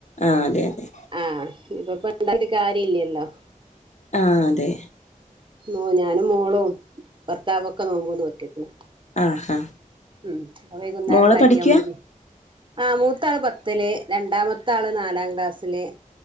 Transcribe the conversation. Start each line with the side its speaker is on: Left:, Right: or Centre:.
Left: ആഹ് അതെ അതെ
Right: ആഹ ഇപ്പ ഇപ്പണ്ടാക്കിട്ട് കാര്യല്ലല്ലോ
Left: ആ അതെ
Right: ഓ ഞാനും മോളും ഭർത്താവൊക്കെ നോമ്പ് നോറ്റക്കണ്
Left: ആഹാ
Right: ഉം അപ്പൊ വൈകുന്നേരം
Left: മോള്
Right: ണ്ടാക്കിയാമതി
Left: പഠിക്കുവാ
Right: ആ മൂത്താള് പത്തില് രണ്ടാമത്തെ ആള് നാലാം ക്ലാസ്സില്